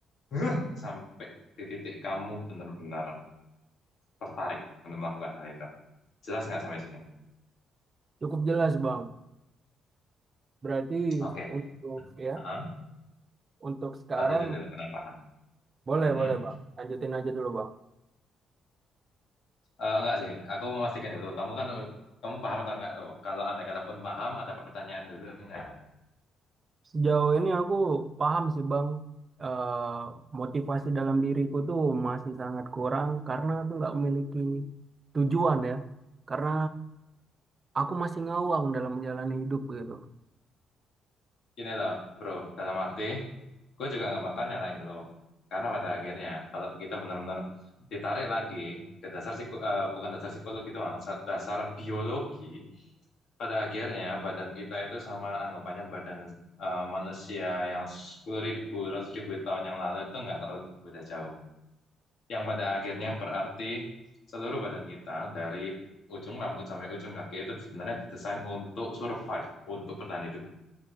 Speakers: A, on the left; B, on the right.
A: "Huh," sampai di titik kamu benar-benar tertarik untuk melakukan hal itu. Jelas nggak sampai sini?
B: Cukup jelas Bang. Berarti
A: Oke,
B: untuk ya
A: Heeh.
B: untuk sekarang
A: Lanjutin dulu. Kenapa?
B: Boleh,
A: Mhm.
B: boleh Bang. Lanjutin aja dulu Bang.
A: Eh, enggak sih, aku memastikan dulu. Kamu kan, kamu paham atau enggak tuh? Kalau andai kata pun paham, ada pertanyaan dulu enggak?
B: Sejauh ini aku paham sih Bang, eh, motivasi dalam diriku tuh masih sangat kurang karena aku nggak memiliki tujuan ya. Karena aku masih ngawang dalam menjalani hidup gitu.
A: Gini loh, bro. Dalam arti, gue juga nggak bakal nyalain lo. Karena pada akhirnya, kalau kita benar-benar ditarik lagi ke dasar psiko- eh, bukan dasar psikologi doang, sa- dasar biologi, Pada akhirnya badan kita itu sama anggapannya badan eh, manusia yang 10.000, ribu tahun yang lalu itu nggak terlalu beda jauh. Yang pada akhirnya berarti seluruh badan kita dari ujung rambut sampai ujung kaki itu sebenarnya didesain untuk survive, untuk bertahan hidup.